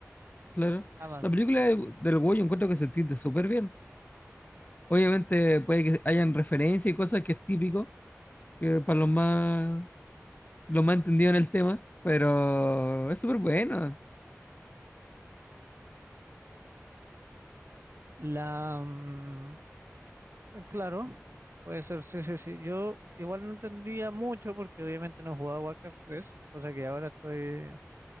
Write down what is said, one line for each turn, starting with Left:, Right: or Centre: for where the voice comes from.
Left: Claro.
Right: Jamás.
Left: La película de- del Hugo yo encuentro que se entiende súper bien. Obviamente puede que hayan referencias y cosas que es típico, que para los más, los más entendidos en el tema, pero es súper bueno.
Right: La, mm, claro, puede ser, sí, sí, sí. Yo igual no entendía mucho porque obviamente no jugaba Warcraft 3 cosa que ahora estoy